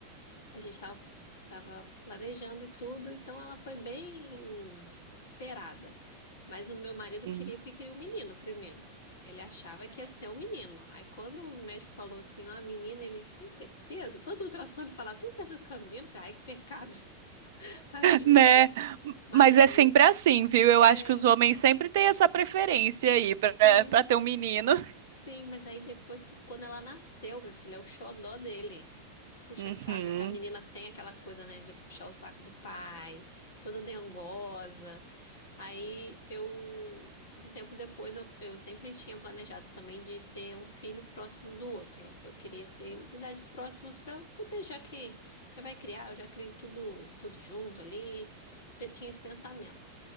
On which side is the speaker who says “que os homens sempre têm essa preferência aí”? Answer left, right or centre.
Right